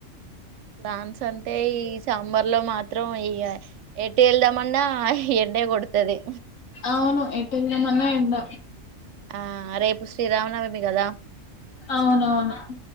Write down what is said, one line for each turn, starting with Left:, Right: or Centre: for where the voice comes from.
Right: ప్లాన్స్ అంటే ఈ సమ్మర్ ల్లో మాత్రం ఇగ ఏటూ ఎళ్దామన్నా ఎండే కోడ్తాది
Left: అవును ఏటు వెళ్దాం అన్న ఎండ
Right: ఆ రేపు శ్రీరామనవమి కదా
Left: అవునవును